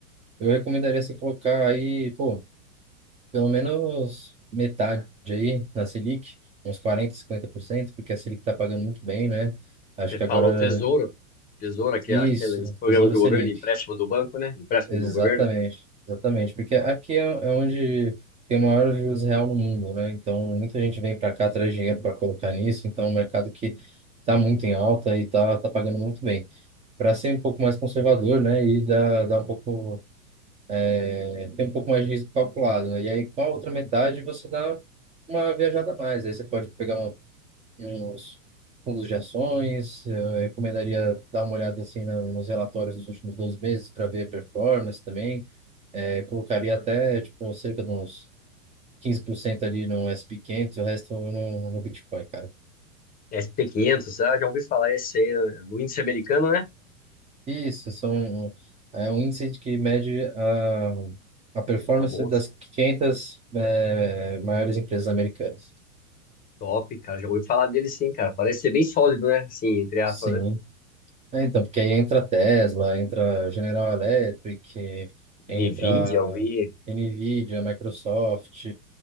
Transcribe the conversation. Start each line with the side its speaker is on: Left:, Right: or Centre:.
Right: eu recomendaria você colocar aí, pô, pelo menos metade aí na Selic, uns quarenta cinquenta por cento porque a Selic está pagando muito bem, né? Acho
Left: Você
Right: que
Left: fala
Right: agora.
Left: o Tesouro, Tesouro, que
Right: Isso,
Left: é aqueles programas
Right: Tesouro
Left: do
Right: Selic.
Left: governo, empréstimo do banco, né? Empréstimo
Right: Exatamente,
Left: do governo,
Right: exatamente, porque aqui é, é onde tem o maior juros real no mundo, né? Então muita gente vem para cá traz dinheiro para colocar nisso, então é um mercado que está muito em alta e está tá tá pagando muito bem. Para ser um pouco mais conservador, né? E dar dá um pouco é, tem um pouco mais de risco calculado. né? E aí, com a outra metade, você dá uma viajada a mais. Aí você pode pegar um- uns fundos de ações. Eu recomendaria dar uma olhada assim no- nos relatórios dos últimos 12 meses para ver a performance também. É, colocaria até, tipo, cerca de uns 15% ali no sp quinhentos, e o resto no, no Bitcoin, cara.
Left: sp quinhentos, ah, já ouvi falar esse aí, eh, do índice americano, né?
Right: Isso, são, é um índice de que mede a, a performance
Left: Tá bom,
Right: das 500 eh, maiores empresas americanas.
Left: top, cara, já ouvi falar dele sim, cara, parece ser bem sólido, né? Assim, entre aspas,
Right: Sim.
Left: né?
Right: É, então, porque aí entra Tesla, entra General Electric, entra
Left: NVIDIA, eu vi,
Right: Nvidia, Microsoft,